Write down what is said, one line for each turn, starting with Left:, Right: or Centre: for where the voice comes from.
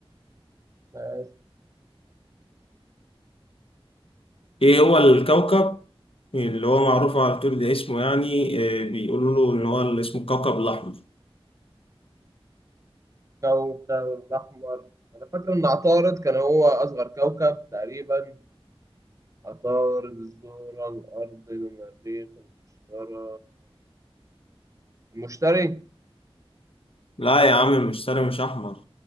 Right: ماشي
Left: ايه هو الكوكب اللي هو معروف على طول ده اسمه يعني آه، بيقولوا له ان هو اللي اسمه الكوكب الاحمر
Right: الكوكب الأحمر أنا فاكر إن عطارد كان هو أصغر كوكب تقريبا عطارد الزهرة الأرض المريخ المشتري المشتري
Left: لا يا عم المشتري مش احمر